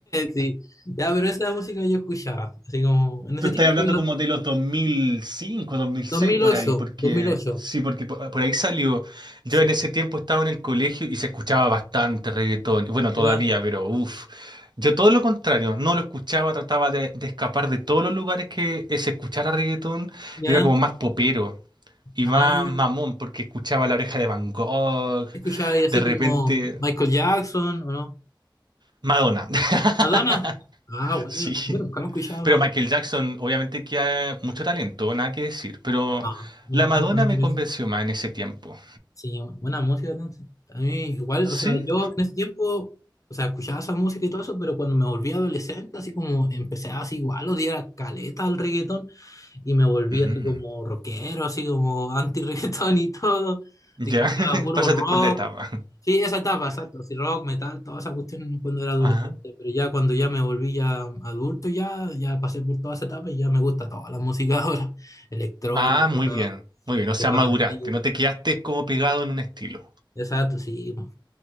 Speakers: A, on the left; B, on the right.
A: Sí, ya, pero esa música yo escuchaba, así como en ese
B: Tú estás
A: tiempo,
B: hablando como de los dos dos mil cinco, dos mil seis
A: 2008,
B: por ahí, porque
A: 2008.
B: sí, porque por, por ahí salió. Yo
A: Sí,
B: en ese tiempo estaba en el colegio y se escuchaba bastante reggaetón. Bueno, todavía,
A: ¿verdad?
B: pero uff. Yo todo lo contrario, no lo escuchaba, trataba de, de escapar de todos los lugares que eh, se escuchara reggaetón.
A: ¿ya?
B: Yo era como más popero y
A: Ah.
B: más mamón, porque escuchaba La Oreja de Van Gogh,
A: escuchaba ahí así
B: de repente
A: como Michael Jackson o no?
B: Madonna. <laughs>
A: ¿Madonna? Ah, bueno,
B: Sí.
A: bueno, nunca lo escuchaba
B: Pero
A: Madonna.
B: Michael Jackson, obviamente que hay mucho talento, nada que decir, pero
A: Ah, me
B: la
A: encanta
B: Madonna
A: Michael
B: me convenció
A: Jackson.
B: más en ese tiempo.
A: Sí, buena música entonces. A mí igual,
B: ¿Sí?
A: o sea, yo en ese tiempo, o sea, escuchaba esa música y todo eso, pero cuando me volví adolescente, así como empecé así igual, odiar caleta al reggaetón y me volví
B: Mm,
A: así como rockero, así como anti-reggaetón y todo.
B: ya,
A: Así que escuchaba
B: <laughs>
A: puro
B: pásate
A: rock.
B: por la etapa.
A: Sí, esa etapa, exacto. Si rock, metal, todas esas cuestiones no cuando era adolescente,
B: Ajá.
A: pero ya cuando ya me volví ya adulto, ya, ya pasé por toda esa etapa y ya me gusta toda la música <laughs> ahora, electrónica,
B: Ah, muy bien, muy bien. O sea,
A: que tan
B: maduraste,
A: antigua.
B: no te quedaste como pegado en un estilo.
A: Exacto, sí. po.